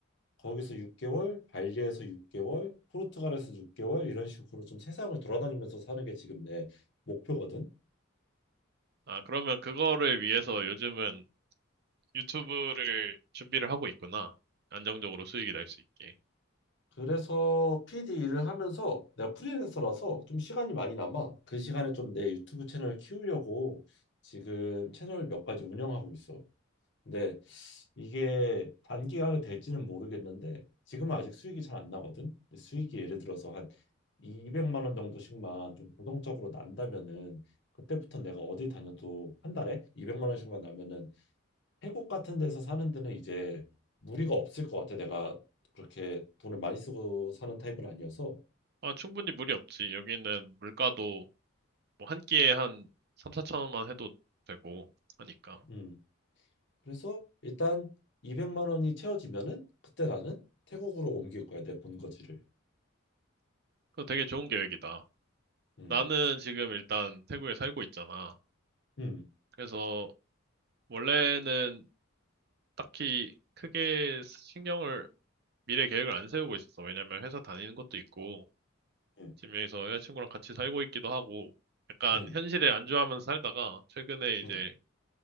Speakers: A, on the left (about 60°); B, on the right (about 50°).
A: 거기서 6개월, 발리에서 6개월, 포르투갈에서 6개월 이런 식으로 좀 세상을 돌아다니면서 사는 게 지금 내 목표거든.
B: 아, 그러면 그거를 위해서 요즘은 유튜브를 준비를 하고 있구나. 안정적으로 수익이 날 수 있게.
A: 그래서 PD 일을 하면서 내가 프리랜서라서 좀 시간이 많이 남아. 그 시간에 좀 내 유튜브 채널 키우려고 지금 채널 몇 가지 운영하고 있어. 근데 이게 단기간에 될지는 모르겠는데 지금은 아직 수익이 잘 안 나거든. 근데 수익이 예를 들어서 한 200만 원 정도씩만 좀 고정적으로 난다면은 그때부터 내가 어디 다녀도 한 달에 200만 원씩만 나면은 태국 같은 데서 사는 데는 이제 무리가 없을 것 같아. 내가 그렇게 돈을 많이 쓰고 사는 타입은 아니어서.
B: 아, 충분히 무리 없지. 여기는 물가도 뭐 한 끼에 한 3, 4천 원만 해도 되고 하니까.
A: 음. 그래서 일단 200만 원이 채워지면은 그때 나는 태국으로 옮길 거야. 내 본거지를.
B: 그거 되게 좋은 계획이다.
A: 음.
B: 나는 지금 일단 태국에 살고 있잖아.
A: 음.
B: 그래서 원래는 딱히 크게 신경을 미래 계획을 안 세우고 있었어. 왜냐면 회사 다니는 것도 있고
A: 음.
B: 지금 여기서 여자친구랑 같이 살고 있기도 하고 약간
A: 음.
B: 현실에 안주하면서 살다가 최근에 이제
A: 음.